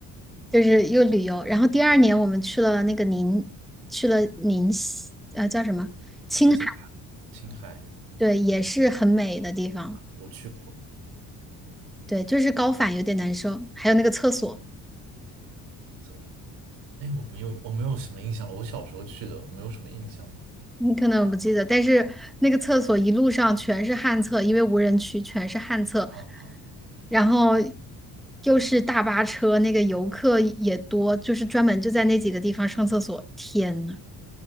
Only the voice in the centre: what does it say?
就是又旅游。然后第二年我们去了那个宁，去了宁西，呃，叫什么？青海，
对，也是很美的地方。
对，就是高反有点难受，还有那个厕所。
你可能不记得，但是那个厕所一路上全是旱厕，因为无人区全是旱厕，
然后又是大巴车，那个游客也多，就是专门就在那几个地方上厕所。天呐，